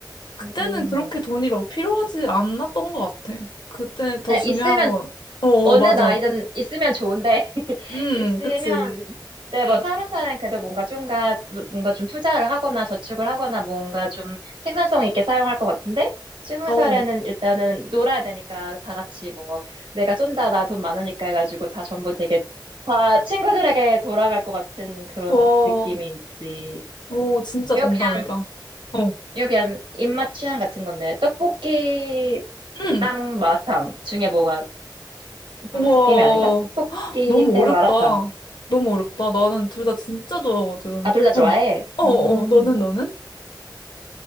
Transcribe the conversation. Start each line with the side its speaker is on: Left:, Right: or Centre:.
Left: 그때는
Right: 음.
Left: 그렇게 돈이 막 필요하지 않았던 것 같아. 그때 더
Right: 아,
Left: 중요한
Right: 있으면
Left: 건, 어,
Right: 어느
Left: 맞아.
Right: 나이든 있으면 좋은데, <laughs>
Left: 음,
Right: 있으면,
Left: 그치.
Right: 네, 뭐,
Left: 응.
Right: 서른 살은 그래도 뭔가 좀가, 뭔가 좀 투자를 하거나 저축을 하거나 뭔가 좀 생산성 있게 사용할 것 같은데, 스무
Left: 어.
Right: 살에는 일단은 놀아야 되니까 다 같이 뭐, 내가 쏜다, 나 돈 많으니까 해가지고 다 전부 되게 다 친구들에게 돌아갈 것 같은 그런
Left: 와,
Right: 느낌이 있지.
Left: 오, 진짜
Right: 이거
Left: 동감이다.
Right: 그냥,
Left: 어.
Right: 이거 그냥 입맛 취향 같은 건데, 떡볶이랑
Left: 응.
Right: 마라탕 중에 뭐가
Left: 우와.
Right: 밸런스 게임이 아닌가? 떡볶이
Left: 너무
Right: 대
Left: 어렵다.
Right: 마라탕.
Left: 너무 어렵다. 나는 둘 다 진짜 좋아하거든.
Right: 아, 둘 다 좋아해?
Left: 어. 어, 어.
Right: 음.
Left: 너는, 너는?